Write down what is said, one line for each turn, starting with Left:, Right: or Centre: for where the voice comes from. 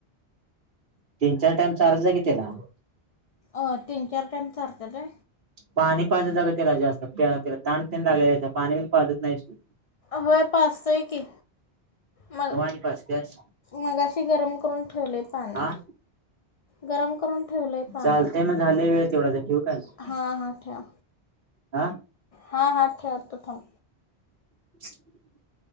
Right: तीन चार टाइम चार्ज की त्याला
Left: अ तीन चार टाम सरतले
Right: पाणी पाजत जा ग त्याला जास्त त्याला ताण तेन लागलेला असतोय पाणी बिन पाजत नाहीस तू
Left: होय पाचतोय की म
Right: कवा आणि पाजत्यास
Left: मग अशी गरम करून ठेले पाणी
Right: हा
Left: गरम करून ठेवलंय पाणी
Right: चालतय मग झालंय वेळ तेवढा आता ठेवू काय मग?
Left: हा हा ठेव
Right: हा
Left: हा हा ठेव तथम
Right: <inaudible>